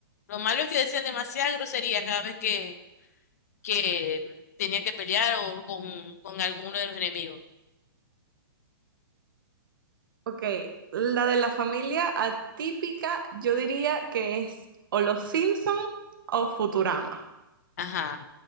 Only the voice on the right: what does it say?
Ok, la de la familia atípica, yo diría que es o Los Simpson o Futurama.